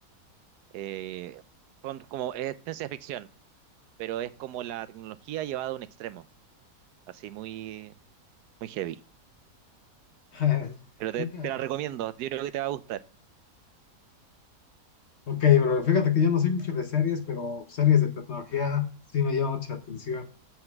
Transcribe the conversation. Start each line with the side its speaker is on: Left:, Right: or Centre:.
Right: Eh, son como, es ciencia ficción, pero es como la tecnología llevada a un extremo, así muy, muy heavy.
Left: <laughs>
Right: Pero te,
Left: Nunca.
Right: te la recomiendo, yo creo que te va a gustar.
Left: Ok, bro, fíjate que yo no soy mucho de series, pero series de tecnología sí me llama mucha atención.